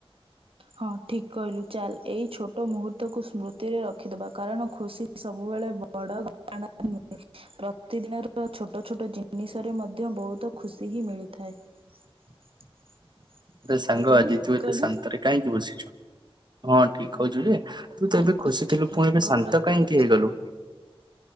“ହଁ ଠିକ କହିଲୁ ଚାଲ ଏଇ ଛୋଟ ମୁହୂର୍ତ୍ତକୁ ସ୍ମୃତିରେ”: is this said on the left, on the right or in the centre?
Right